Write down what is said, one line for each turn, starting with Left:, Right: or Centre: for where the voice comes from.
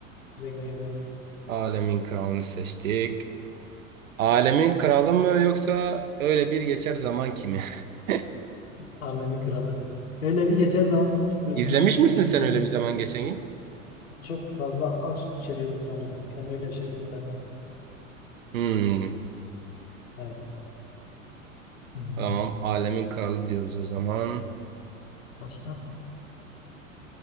Left: Kuzey Güney güzelliği.
Right: Alemin Kralını seçtik. Alemin Kralı mı yoksa öyle bir geçer zaman kimi? <laughs>
Left: Alemin Kralı. Öyle bir geçen zamanki ilk bölümünü
Right: İzlemiş
Left: seyretmiştim.
Right: misin sen
Left: Biraz
Right: öyle bir zaman geçen gün?
Left: çok fazla aşk içeriyordu sanırım. Ben öyle şeyleri sevmem.
Right: Hmm,
Left: Evet. Hmm.
Right: tamam. Alemin Kralı diyoruz o zaman.
Left: Başka?